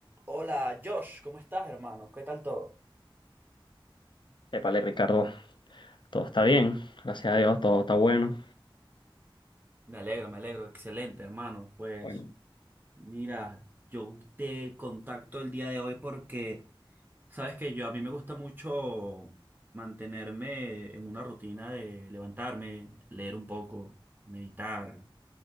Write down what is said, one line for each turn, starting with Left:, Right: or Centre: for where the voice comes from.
Right: Hola, Josh, ¿cómo estás, hermano? ¿Qué tal todo?
Left: Épale, Ricardo, todo está bien, gracias a Dios, todo está bueno.
Right: Me alegro, me alegro. Excelente, hermano. Pues
Left: Bueno,
Right: mira, yo te contacto el día de hoy porque sabes que yo a mí me gusta mucho mantenerme en una rutina de levantarme, leer un poco, meditar.